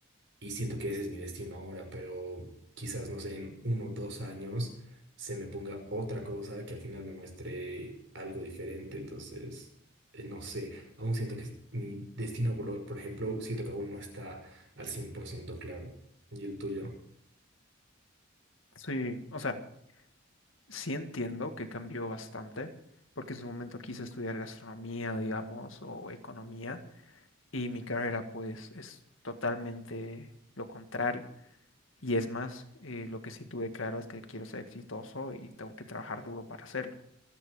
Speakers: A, on the right; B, on the left.
A: y siento que ese es mi destino ahora, pero quizás, no sé, en uno o dos años se me ponga otra cosa que al final me muestre algo diferente, entonces, eh, no sé, aún siento que es- mi destino, por, lo- por ejemplo, siento que aún no está al 100% claro. ¿Y el tuyo?
B: Sí, o sea. Sí entiendo que cambió bastante, porque en su momento quise estudiar gastronomía, digamos, o economía, y mi carrera pues es totalmente lo contrario. Y es más, eh, lo que sí tuve claro es que quiero ser exitoso y tengo que trabajar duro para hacerlo.